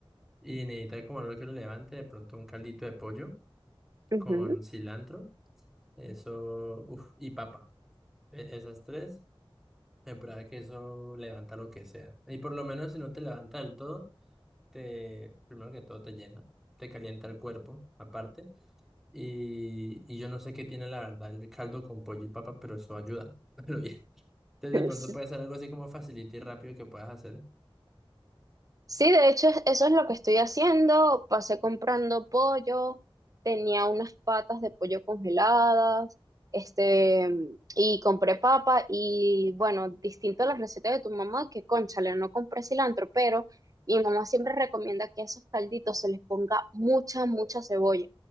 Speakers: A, in the centre; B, on the right.
A: y necesita como algo que lo levante, de pronto un caldito de pollo
B: Ujú.
A: con cilantro, eso, uf, y papa. E- esas tres, me prueba que eso levanta lo que sea. Y por lo menos si no te levanta del todo, te, primero que todo te llena, te calienta el cuerpo aparte. Y, y yo no sé qué tiene la verdad el caldo con pollo y papa, pero eso ayuda. <laughs> Pero bien. Entonces
B: <laughs>
A: de pronto puede ser algo así como facilito y rápido que puedas hacer.
B: Sí, de hecho, es- eso es lo que estoy haciendo. Pasé comprando pollo, tenía unas patas de pollo congeladas, este, y compré papa y bueno, distinto a las recetas de tu mamá, que cónchale, no compré cilantro, pero mi mamá siempre recomienda que a esos calditos se les ponga mucha, mucha cebolla.